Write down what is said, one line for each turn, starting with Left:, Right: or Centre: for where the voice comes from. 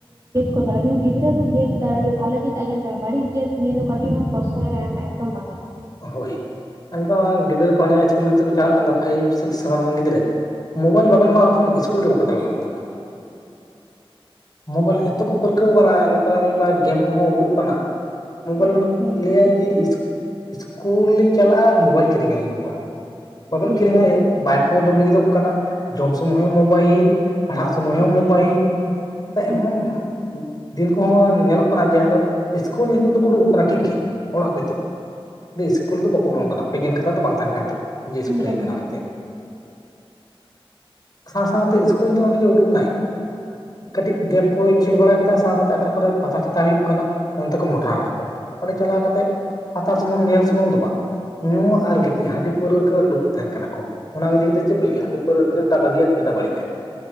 Right: ᱠᱚᱣᱟ ᱡᱩᱫᱤ ᱜᱤᱫᱽᱨᱟᱹ <inaudible> ᱜᱤᱫᱽᱨᱟᱹ ᱫᱚ ᱡᱮᱛ ᱫᱟᱲᱮᱭᱟᱜᱮ ᱵᱷᱟᱞᱮ ᱡᱮᱛ ᱟᱸᱡᱚᱢ ᱛᱟᱭᱟᱢ ᱵᱟᱹᱲᱤᱡ ᱡᱮᱛ ᱱᱤᱭᱟᱹ ᱫᱚ ᱠᱟᱹᱴᱤᱡ ᱦᱚᱸ ᱯᱨᱚᱥᱚᱭ ᱮᱢ ᱮᱠᱫᱚᱢ ᱵᱟᱝ ᱜᱟᱱᱚᱜᱼᱟ᱾
Left: ᱦᱳᱭ, ᱟᱨ ᱱᱤᱛᱚᱜ ᱜᱤᱫᱽᱨᱟᱹ ᱠᱚ ᱡᱟᱦᱟᱸ ᱤᱥᱠᱩᱞ ᱜᱤᱫᱽᱨᱟᱹ ᱠᱚ ᱪᱟᱞᱟᱜ ᱠᱟᱱᱟ ᱯᱷᱟᱭᱤᱵ, ᱥᱤᱠᱥ, ᱥᱮᱵᱷᱮᱱ ᱨᱮᱱ ᱜᱤᱫᱽᱨᱟᱹ, ᱢᱳᱵᱟᱭᱤᱞ ᱵᱟᱵᱮᱱ ᱮᱢᱟ ᱠᱚ ᱠᱷᱚᱱ ᱤᱥᱠᱩᱞ ᱜᱮ ᱵᱟᱠᱚ ᱪᱟᱞᱟ ᱞᱟᱜᱤᱫᱚᱜ
Right: <unintelligible>
Left: ᱢᱳᱵᱟᱭᱤᱞ ᱮᱛᱚ ᱠᱚ ᱯᱟᱹᱨᱠᱟᱹᱣ ᱠᱟᱱᱟ ᱱᱮᱛᱟᱨ ᱢᱟ ᱢᱤᱫᱵᱟᱨ ᱜᱮᱢ ᱠᱚ ᱦᱚᱸ ᱩᱰᱩᱠ ᱠᱟᱱᱟ᱾ ᱢᱳᱵᱟᱭᱤᱞ
Right: ᱦᱳᱭ ᱦᱳᱭ ᱮᱠᱫᱚᱢ
Left: <inaudible>
Right: ᱚᱱᱟ ᱥᱟᱹᱨᱤ
Left: ᱞᱟᱹᱭᱟ ᱡᱮ
Right: ᱠᱟᱛᱷᱟ ᱵᱮᱱ
Left: ᱤᱥ
Right: ᱞᱟᱹᱭ
Left: ᱤᱥᱠᱩᱞ ᱞᱤᱧ ᱪᱟᱞᱟᱜᱼᱟ ᱢᱳᱵᱟᱭᱤᱞ ᱠᱤᱨᱤᱧ ᱟᱹᱞᱤᱧ ᱢᱮ ᱵᱟ, ᱵᱟᱵᱮᱱ
Right: ᱵᱟᱹᱧ
Left: ᱠᱤᱨᱤᱧᱟᱭ
Right: ᱪᱟᱞᱟᱜᱼᱟ
Left: ᱵᱟᱠᱚ ᱡᱚᱢ ᱞᱟᱹᱜᱤᱫᱚᱜ ᱠᱟᱱᱟ, ᱡᱚᱢ ᱥᱳᱢᱳᱭ ᱦᱚᱸ ᱢᱳᱵᱟᱭᱤᱞ, ᱯᱟᱲᱦᱟᱜ ᱥᱳᱢᱳᱭ
Right: ᱦᱳᱭ
Left: ᱦᱚᱸ ᱢᱳᱵᱟᱭᱤᱞ, ᱱᱮᱛᱟ ᱮᱢᱚᱱ
Right: ᱮᱠᱫᱚᱢ ᱮᱠᱫᱚᱢ ᱦᱳᱭ
Left: ᱫᱤᱱ ᱠᱚ ᱦᱚᱸ ᱧᱮᱞᱚᱜ ᱠᱟᱱᱟ ᱡᱟᱦᱟᱸ ᱡᱮ, ᱤᱥᱠᱩᱞ ᱧᱩᱛᱩᱢ ᱫᱚ ᱠᱚ ᱩᱰᱩᱠ ᱟᱠᱟᱱᱟ ᱴᱷᱤᱠ ᱜᱮ, ᱚᱲᱟᱜ ᱠᱷᱚᱡ ᱫᱤᱭᱮ ᱤᱥᱠᱩᱞ ᱫᱚ ᱵᱟᱠᱚ ᱵᱚᱞᱚᱱ ᱠᱟᱱᱟ, ᱯᱮᱜᱮᱱ ᱠᱟᱛᱷᱟ ᱫᱚ ᱵᱟᱝ ᱛᱟᱦᱮᱸᱱ ᱠᱟᱱ ᱛᱟᱠᱚᱣᱟ ᱾ ᱡᱮ ᱤᱥᱠᱩᱞ
Right: ᱮᱠᱫᱚᱢ
Left: ᱦᱮᱡ
Right: ᱮᱠᱫᱚᱢ
Left: ᱠᱟᱱᱟ
Right: ᱮᱠᱫᱚᱢ
Left: ᱢᱮᱱᱛᱮ ᱾ ᱥᱟᱶ ᱥᱟᱶᱛᱮ ᱩᱥᱠᱩᱞ ᱫᱚ ᱚᱱᱮ ᱡᱮ ᱩᱰᱩᱠ ᱱᱟᱭ, ᱠᱟᱹ ᱴᱤᱡ ᱜᱮᱢ ᱠᱚᱭ ᱠᱷᱮᱞ ᱵᱟᱲᱟ ᱠᱮᱫᱟ ᱥᱟᱶ ᱥᱟᱶᱛᱮ ᱟᱠᱟ ᱠᱚᱨᱮ ᱯᱟᱛᱟ ᱪᱷᱟᱛᱟ ᱦᱩᱭᱩᱜ ᱠᱟᱱᱟ, ᱚᱱᱛᱮ ᱠᱚ ᱢᱚᱰᱨᱟᱣ
Right: ᱦᱳᱭ
Left: ᱱᱟ ᱠᱚ᱾ ᱚᱸᱰᱮ ᱪᱟᱞᱟᱣ ᱠᱟᱛᱮᱜ ᱯᱟᱛᱟ ᱥᱩᱢᱩᱝ ᱧᱮᱞ ᱥᱩᱢᱩᱝ ᱫᱚ ᱵᱟᱝ, ᱧᱩ
Right: ᱦᱳᱭ
Left: ᱟᱨ ᱜᱤᱛᱤᱡ ᱦᱟᱺᱰᱤ ᱯᱟᱹᱨᱩᱣᱟᱹ ᱠᱟᱹ ᱰᱩᱵᱩᱡᱬ ᱛᱟᱦᱮᱸᱱ ᱠᱟᱱᱟ ᱠᱚ, ᱚᱱᱟ ᱤᱫᱤ
Right: ᱮᱠᱫᱚᱢ
Left: ᱠᱟᱛᱮ ᱪᱮᱫ ᱵᱤᱱ ᱞᱟᱹᱭᱟ ᱦᱟᱺᱰᱤ ᱯᱟᱹᱣᱨᱟᱹ ᱛᱤᱱᱟᱹᱜ ᱴᱟᱜ ᱵᱷᱟᱹᱜᱮᱭᱟ ᱛᱤᱱᱟᱹᱜ ᱴᱟᱜ ᱵᱟᱹᱲᱤᱡᱟ?